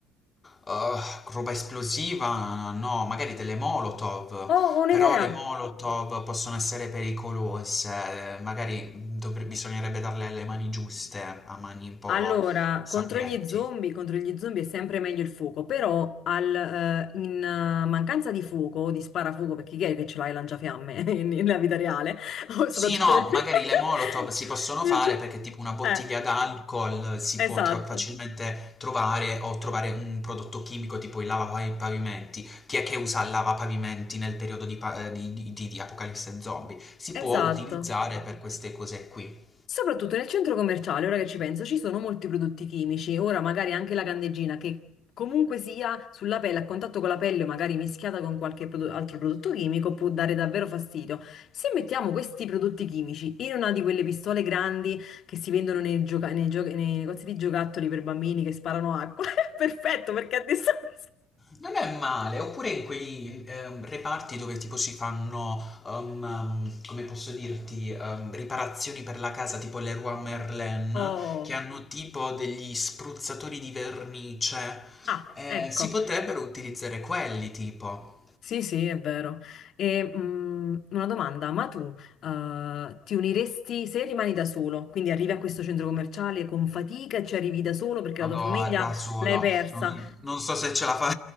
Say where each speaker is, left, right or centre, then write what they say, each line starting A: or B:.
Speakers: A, on the left; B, on the left.
A: Uh, roba esplosiva, no, magari delle Molotov,
B: Oh, ho un'idea!
A: però le Molotov possono essere pericolose, magari dovre- bisognerebbe darle le mani giuste, a mani un po'
B: Allora,
A: sapienti.
B: contro gli zombie, contro gli zombie è sempre meglio il fuoco, però al, eh, in eh, mancanza di fuoco o di sparafuoco, perché chi è che ce l'ha il lanciafiamme <laughs> in- nella vita reale? <laughs> O
A: Sì,
B: soprattutto
A: no,
B: nel...
A: magari le Molotov
B: <laughs>
A: si possono
B: nel...
A: fare
B: ce-
A: perché tipo una bottiglia
B: Eh,
A: d'alcol si
B: esatto.
A: può tro- facilmente trovare o trovare un prodotto chimico tipo il lavapavimenti. Chi è che usa il lavapavimenti nel periodo di, pa- eh, di di- di Apocalisse zombie? Si
B: Esatto.
A: può utilizzare per queste cose qui.
B: Soprattutto nel centro commerciale, ora che ci penso, ci sono molti prodotti chimici. Ora magari anche la candeggina che comunque sia sulla pelle, a contatto con la pelle, o magari mischiata con qualche prodo- altro prodotto chimico, può dare davvero fastidio. Se mettiamo questi prodotti chimici in una di quelle pistole grandi che si vendono nei, gioca- nei gio- nei negozi di giocattoli per bambini che sparano acqua, <laughs> è perfetto perché a distanza...
A: Non è male, oppure in quei ehm, reparti dove tipo si fanno, um, um, come posso dirti, um, riparazioni per la casa, tipo Leroy Merlin,
B: Oh,
A: che hanno tipo degli spruzzatori di vernice,
B: ah,
A: Eh,
B: ecco.
A: si potrebbero utilizzare quelli tipo.
B: Sì, sì, è vero. E, mh, una domanda, ma tu, eh, ti uniresti se rimani da solo? Quindi arrivi a questo centro commerciale con fatica e ci arrivi da solo perché
A: Vado
B: la tua famiglia
A: da solo,
B: l'hai persa.
A: non, non so se ce la fa.